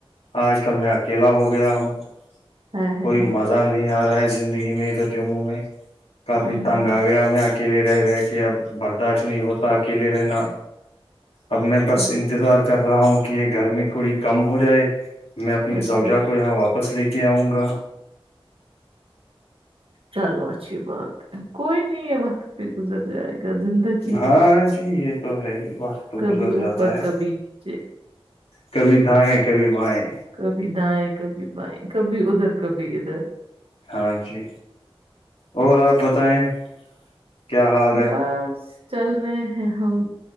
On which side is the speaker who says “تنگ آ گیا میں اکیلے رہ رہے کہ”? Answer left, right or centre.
Left